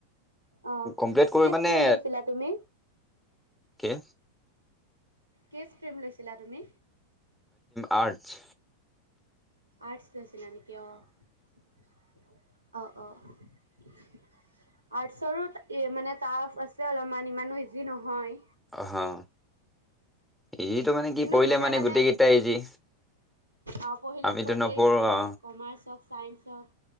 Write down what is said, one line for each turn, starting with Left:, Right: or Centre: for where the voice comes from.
Right: অ
Centre: কমপ্লিট কৰি
Right: কি
Centre: মানে
Right: ষ্ট্ৰীম লৈছিলা তুমি?
Centre: কি?
Right: কি ক্ৰীম লৈছিলা তুমি?
Centre: আৰ্তচ।
Right: আৰ্তচ। লৈচিলা নেকি অ'। অ', অ' আৰ্টছৰো মানে টাফ আছে অলপমান ইমানো ইজি নহয়।
Centre: হা। ইটো মানে কি
Right: কিন্তু
Centre: পঢ়িলে
Right: যোনে মানে
Centre: গোটেই কেইটা ইজি
Right: আহ পঢ়িলে
Centre: আমিতো
Right: চবেই
Centre: নপঢ়ো
Right: যি
Centre: অ
Right: কমাৰ্চ হওক চাইন্ঞ্চ হওক